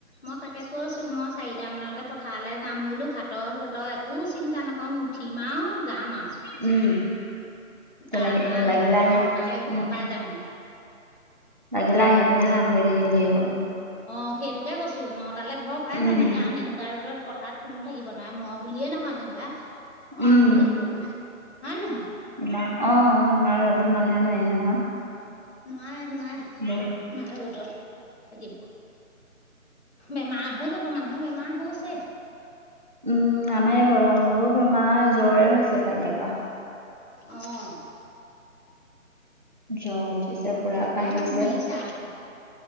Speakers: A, on the left (about 50°); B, on the right (about 35°).
A: মই তাকে কৈছ তো মই চাৰিটামানতে পথাৰলৈ যাম বোলো। ভাতৰ-চাতৰ একো চিন্তা নকৰোঁ। উঠিম আও, যাম আও।
B: উম তেনেকে
A: তাৰপৰা
B: সেই লাগিলে আহি
A: নটালৈ ঘৰৰ
B: উম
A: পাই যামহি।
B: লাগিলে আহি পেলাই কাম কৰি থাকিলেই হ'ল।
A: অ' সেইটোকে কৈছোঁ। নটালৈ ঘৰ পাই
B: উম
A: যামহি। কাৰণ এনেকুৱা ৰ'দত পথাৰত কোনো থাকিব নোৱাৰে। মই বুলিয়ে নহয় যেনিবা, অ
B: উম
A: এনেও থাকিব নোৱাৰে হয় নে নহয়?
B: ইমান অ ইমান ৰ'দত মানুহেনো আহি নহয়।
A: নোৱাৰে নোৱাৰে
B: বহুত
A: ইমান ৰ'দত। থাকিব, বেমাৰ হৈ যাব মানুহৰ বেমাৰ হৈছে।
B: উম আমাৰ এই বৰমা ভাগৰ বেমাৰ জ্বৰে হৈছে কালিয়ৰপৰা।
A: অহ
B: জ্বৰ উঠিছে পুৰা
A: কেনেকুৱা
B: কাহিছে
A: ৰ'দ মাৰিছে আৰু